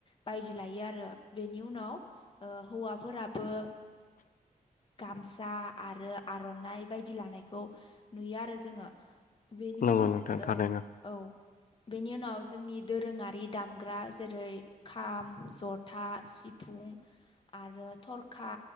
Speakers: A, on the left; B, on the left.
A: बायदि लायो आरो बेनि उनाव हौवाफोराबो गामसा आरो आर'नाइ बायदि लानायखौ नुयो आरो जोङो। बेनि
B: नंगौ
A: उनाव
B: नोंथां थारैनो।
A: ओ औ बेनि उनाव जोंनि दोरोङारि दामग्रा जेरै खाम जथा सि फुं आरो थरखा